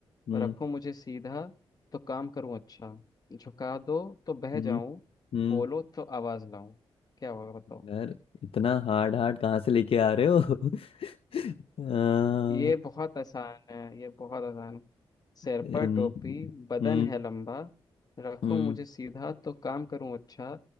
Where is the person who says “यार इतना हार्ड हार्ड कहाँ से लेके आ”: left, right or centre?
Left